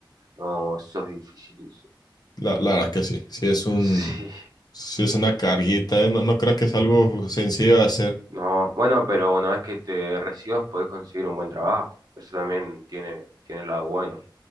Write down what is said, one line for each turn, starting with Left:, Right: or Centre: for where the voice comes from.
Right: No, eso es difícil.
Left: La, la verdad que sí. Sí es un,
Right: Sí.
Left: sí es una carguita, ¿eh? No, no creo que es algo sencillo de hacer.
Right: No, bueno, pero una vez que te recibas podés conseguir un buen trabajo. Eso también tiene, tiene el lado bueno.